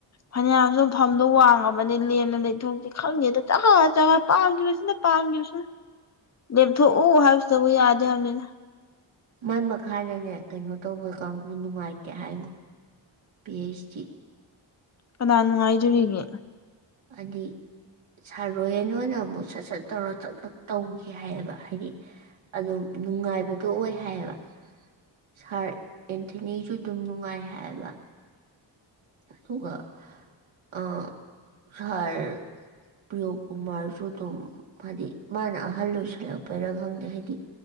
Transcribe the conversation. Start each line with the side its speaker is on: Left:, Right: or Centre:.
Left: ꯐꯅꯌꯥꯝꯖꯨ ꯐꯝꯗꯣ ꯋꯥꯡꯉꯕꯅꯤ ꯂꯦꯝꯅ ꯂꯩ ꯏꯊꯣꯛꯇꯦ ꯈꯪꯗꯦꯗ ꯆꯒꯥ ꯆꯒꯠ ꯄꯥꯝꯒꯤꯕꯁꯤꯅ ꯄꯥꯝꯒꯤꯕꯁꯤꯅ ꯂꯦꯝꯊꯣꯛꯎ ꯍꯥꯏꯕꯁꯤꯗꯕꯨ ꯌꯥꯗꯦ ꯍꯥꯏꯕꯅꯤꯅ
Right: ꯃꯥꯏ ꯃꯈꯥꯗꯅꯦ ꯀꯩꯅꯣ ꯇꯧꯕ ꯀꯥꯡꯒꯨ ꯅꯨꯡꯉꯥꯏꯇꯦ ꯍꯥꯏꯉꯣ ꯄꯤ ꯍꯩꯁ ꯆꯤ
Left: ꯀꯅꯥꯟꯅꯨꯡꯉꯥꯏꯖꯔꯤꯒꯦ
Right: ꯑꯗꯤ ꯁꯥꯔꯣꯏ ꯍꯦꯅꯣ ꯑꯣꯏꯅ ꯑꯃꯨꯛ ꯁꯠ ꯁꯠ ꯇꯧꯔ ꯆꯛ ꯇꯛ ꯇꯧꯒꯦ ꯍꯥꯏꯌꯦꯕ ꯍꯥꯏꯗꯤ ꯑꯗꯨꯝ ꯅꯨꯡꯉꯥꯏꯕꯗꯣ ꯑꯣꯏ ꯍꯥꯏꯌꯦꯕ ꯁꯥꯔ ꯑꯦꯟꯊꯅꯤꯁꯨ ꯑꯗꯨꯝ ꯅꯨꯡꯉꯥꯏ ꯍꯥꯏꯌꯦꯕ ꯍꯗꯨꯒ ꯑ ꯁꯔ ꯄ꯭ꯔꯤꯌꯣꯀꯨꯃꯥꯔꯁꯨ ꯑꯗꯨꯝ ꯍꯥꯏꯗꯤ ꯃꯥꯅ ꯑꯍꯜ ꯑꯣꯏꯁꯜꯂꯛꯄꯩꯔꯥ ꯈꯪꯗꯦ ꯍꯥꯏꯗꯤ